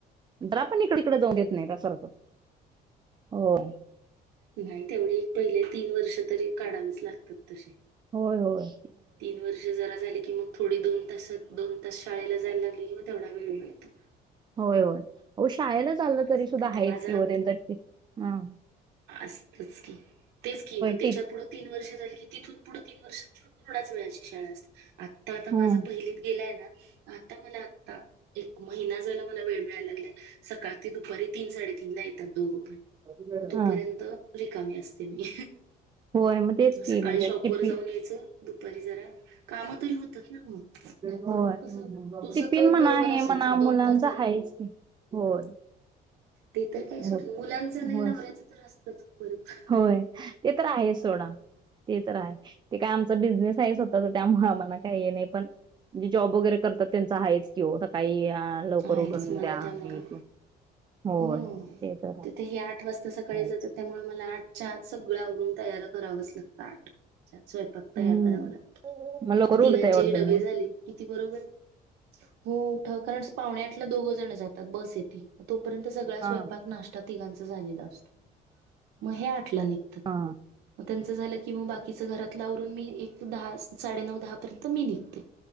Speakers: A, on the right; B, on the right.
A: जरापण इकडं-इकडं जाऊनदेत नाही का सारखं. हो.
B: नाही तेवढी पहिले तीन वर्ष तरी काढावीच लागतात तशे.
A: होय होय.
B: तीन वर्ष जरा झाली की मग थोडी दोन तासत - दोन तास शाळेला जायला लागली की मंग तेवढा वेळ मिळतो.
A: होय होय, ओ शाळेला चाललं तरी
B: असं
A: सुद्धा
B: होतं. आता
A: हायच
B: माझा
A: की ओ त्यांच टिप, हां.
B: आसतंच की. तेच की मंग त्याच्या
A: टीप
B: पुढं तीन वर्ष झाली की तिथून पुढं तीन वर्ष थोड्याच वेळाची शाळा असते आता आता
A: हम्म.
B: माझा पहिलीत गेलाय ना, आता मला आता एक महिना झालं मला वेळ मिळायला लागलाय, सकाळ ते दुपारी तीन साडेतीन ला येतात दोघ. मग
A: हा
B: तोपर्यंत रिकामी असते मी.
A: होय तेच
B: मग
A: की
B: सकाळी
A: म्हणजे
B: शॉपवर
A: टिपी
B: जाऊन यायचं दुपारी जरा कामं तरी होतात ना. नाहीतर
A: होय.
B: मग कसं तुझं
A: टिफिन
B: तर
A: म्हणा
B: बरोबर
A: हे
B: आसलं
A: म्हणा
B: चल दोन
A: मुलांच
B: तास झाले
A: आहेच
B: की.
A: होय.
B: ते तर काय सुटलं.
A: मुल
B: मुलांचं नाई
A: होय
B: नवऱ्यांचं तर असतंच. परत.
A: होय ते तर आहे सोडा, ते तर हाय. ते काय आमचं बिझनेस हाय स्वतःच त्या म्ह आम्हाला काय हे नाई पण जे जॉब वगैरे करतात त्यांच हायचं की ओ सकाळी आं लवकर
B: आहेच
A: उठून
B: मला
A: द्या
B: त्यामुळं
A: हे ते. होय.
B: हम्म,
A: ते तर
B: तिथेही आठ वाजता सकाळी
A: आहेच.
B: जातात त्यामुळे मला आठ च्या आत सगळं आवरून तयार करावंच लागतं आठ. स्वयपाक तयार
A: हम्म.
B: करावा लागतो,
A: लवकर
B: मग तिघांचेही
A: उठताय वाटतं
B: डबे
A: तुम्ही?
B: झाले. किती बरोबर हो उठाव कारण पावणे आठला दोघजण जातात बस येते. तोपर्यंत सगळा स्वयंपाक
A: हा.
B: नाष्टा तिघांचा झालेला असतो. मग हे आठला निघतात.
A: हा.
B: मंग त्यांच झाल की मग बाकीच घरातल आवरून मी एक दहा -स साडेनऊ दहा पर्यंत मी निघते